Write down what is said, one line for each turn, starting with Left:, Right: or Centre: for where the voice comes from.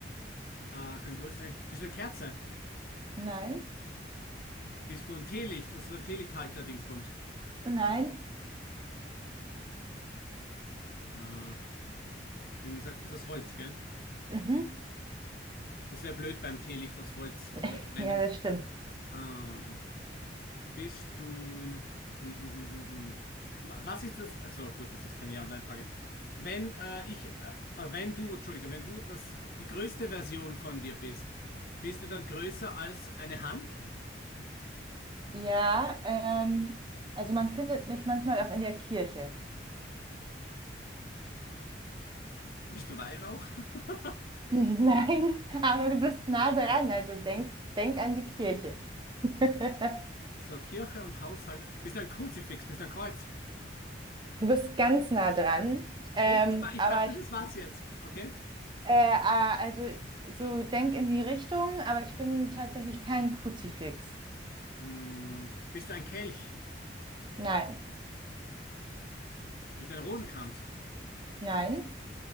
Left: Äh, kann größer sein. Bist du eine Kerze?
Right: nein,
Left: Bist du ein Teelicht? Also so ein Teelichthalter-Dingsbums.
Right: nein,
Left: Äh, wir haben gesagt, du bist aus Holz, gell?
Right: mhm.
Left: Das wäre blöd beim Teelicht aus Holz.
Right: <laughs>
Left: Da wird brennen.
Right: Ja, das stimmt.
Left: Äh, Bist du. Mm, mm, mm, mm. Was ist das? Also gut, das ist keine Ja- und Nein-Frage. Wenn äh, ich, äh, äh, wenn du, Entschuldige, wenn du das, die größte Version von dir bist, bist du dann größer als eine Hand?
Right: Ja, ähm, also man findet mich manchmal auch in der Kirche.
Left: Bist du Weihrauch? <laughs>
Right: <laughs> Nein, aber du bist nah dran, also denk, denk an die Kirche. <laughs>
Left: So Kirche und Haushalt. Bist du ein Kruzifix? Bist du ein Kreuz?
Right: Du bist ganz nah dran, ähm,
Left: Hey, das war, ich
Right: aber
Left: dachte,
Right: ich,
Left: das war's jetzt. Okay?
Right: äh, ah, also so denk in die Richtung, aber ich bin tatsächlich kein Kruzifix.
Left: Mm, bist du ein Kelch?
Right: Nein,
Left: Bist du ein Rosenkranz?
Right: nein.